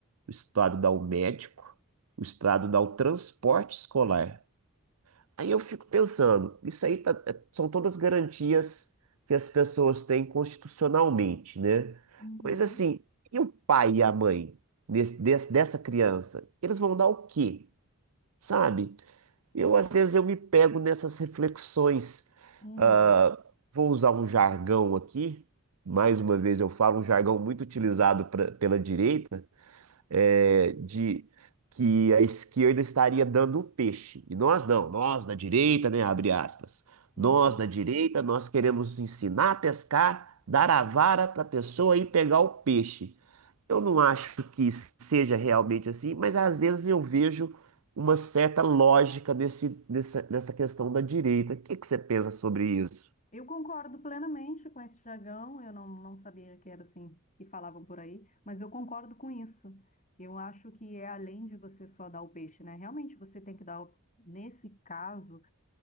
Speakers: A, on the right (about 75°); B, on the left (about 35°).
A: o Estado dá o médico, o Estado dá o transporte escolar. Aí eu fico pensando, isso aí tá- é- são todas garantias que as pessoas têm constitucionalmente, né?
B: Uhum,
A: Mas assim, e o pai e a mãe desse- des- dessa criança? Eles vão dar o quê? Sabe? Eu, às vezes, eu me pego nessas reflexões.
B: uhum,
A: ah, vou usar um jargão aqui. Mais uma vez, eu falo um jargão muito utilizado pra- pela direita é, de que a esquerda estaria dando o peixe. E nós não, nós da direita, né, abre aspas.
B: uhum.
A: Nós da direita, nós queremos ensinar a pescar, dar a vara para a pessoa e pegar o peixe. Eu não acho que seja realmente assim, mas às vezes eu vejo uma certa lógica nesse, nessa, nessa questão da direita. O que que você pensa sobre isso?
B: Eu concordo plenamente com esse jargão. Eu não, não sabia que era assim que falavam por aí, mas eu concordo com isso. Eu acho que é além de você só dar o peixe, né? Realmente você tem que dar, o- nesse caso,